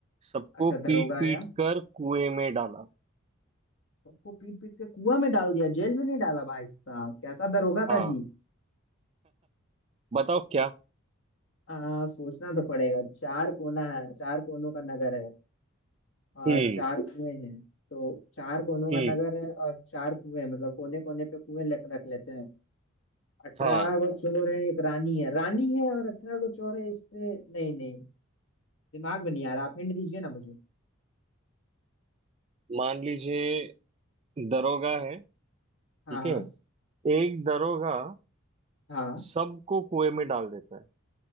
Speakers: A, on the right; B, on the left.
A: सबको
B: अच्छा
A: पीट
B: दरोगा
A: पीट
B: आया
A: कर कुएं में डाला
B: सबको पीट पीट के कुआं में डाल दिया जेल में नहीं डाला भाई साहब कैसा दरोगा
A: हाँ
B: था जी
A: बताओ क्या
B: आ, सोचना तो पड़ेगा चार कोना है चार कोनों का नगर है और
A: हम्म
B: चार कुएं हैं तो चार कोनों का
A: हम्म
B: नगर है और चार कुएं हैं, मतलब कोने कोने पे कुएं ले- रख लेते हैं अठारह
A: हाँ
B: गो चोर है एक रानी है रानी है और अठारह गो चोर है इससे नहीं नहीं दिमाग में नहीं आ रहा आप हिंट दीजिए ना मुझे
A: मान लीजिए दरोगा है ठीक
B: हाँ हाँ
A: है एक दरोगा
B: हाँ
A: सबको कुएं में डाल देता है